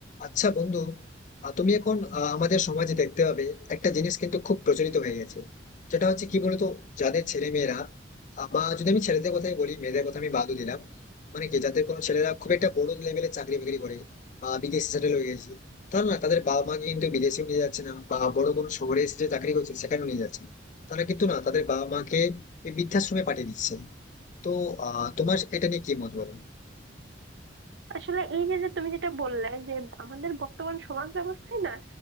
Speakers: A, on the left; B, on the right.
A: আচ্ছা বন্ধু আহ, তুমি এখন আহ, আমাদের সমাজে দেখতে পাবে একটা জিনিস কিন্তু খুব প্রচলিত হয়ে গেছে যেটা হচ্ছে কি বলতো যাদের ছেলে মেয়েরা আহ, বা যদি আমি ছেলেদের কথাই বলি মেয়েদের কথা আমি বাদও দিলাম মানে কি যাদের কোনো ছেলেরা খুব একটা বড় লেভেলে চাকরি বাকরি করে বা বিদেশে সেটেল হয়ে গেছে তারা না তাদের বাবা মাকে কিন্তু বিদেশেও নিয়ে যাচ্ছে না বা বড় কোনো শহরে এসে যে চাকরি করছে সেখানেও নিয়ে যাচ্ছে না। তারা কিন্তু না তাদের বাবা মাকে এই বৃদ্ধাশ্রমে পাঠিয়ে দিচ্ছে তো আহ তোমার এটা নিয়ে কি মত বলো
B: আসলে এই যে যে তুমি যেটা বললে যে আমাদের বর্তমান সমাজ ব্যবস্থায় না